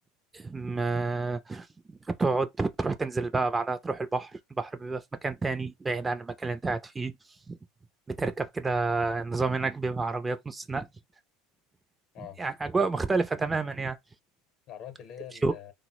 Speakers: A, on the right; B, on the left.
A: ما- تقعد تروح تنزل بقى بعدها تروح البحر البحر بيبقى في مكان تاني بعيد عن المكان اللي أنت قاعد فيه بتركب كده النظام هناك بيبقى عربيات نص نقل
B: اه
A: يعني أجواء مختلفة تماما يعني
B: العربيات اللي هي
A: تمشي
B: ال-